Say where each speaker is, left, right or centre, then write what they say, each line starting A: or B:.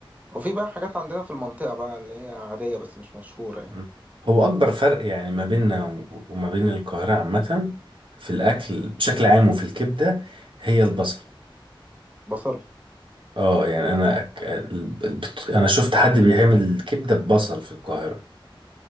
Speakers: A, on the right; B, on the right.
A: وفي بقى حاجات عندنا في المنطقة بقى اللي هي عادية بس مش مشهورة يعني
B: مم. هو أكبر فرق يعني ما بيننا و- وما بين القاهرة عامة في الأكل بشكل عام وفي الكبدة هي البصل
A: بصل
B: اه يعني أنا أك... ال- بت... أنا شفت حد بيعمل الكبدة ببصل في القاهرة